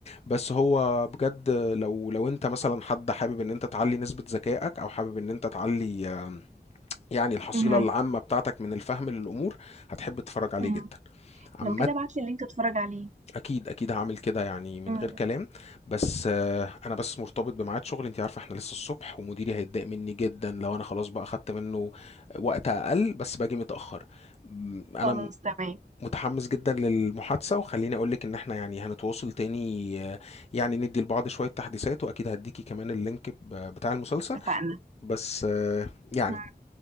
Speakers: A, on the left (about 40°); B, on the right (about 45°).
A: بس هو بجد لو لو انت مثلا حد حابب ان انت تعلي نسبة ذكائك او حابب ان انت تعلي آه، يعني الحصيلة
B: مم.
A: العامة بتاعتك من الفهم للأمور هتحب تتفرج عليه
B: مم.
A: جدا عامة
B: لو كده ابعت لي اللينك اتفرج عليه
A: أكيد أكيد هعمل كده يعني من
B: مم.
A: غير كلام بس آه، أنا بس مرتبط بميعاد شغل أنت عارفة إحنا لسه الصبح ومديري هيتضايق مني جدا لو أنا خلاص بقى أخدت منه وقت أقل بس باجي متأخر م، أنا
B: خلاص
A: م-
B: تمام
A: متحمس جدا للمحادثة وخليني أقولك إن إحنا يعني هنتواصل تاني آه، يعني ندي لبعض شوية تحديثات وأكيد هديكي كمان اللينك ب- بتاع المسلسل
B: اتفقنا
A: بس آه، يعني
B: مم.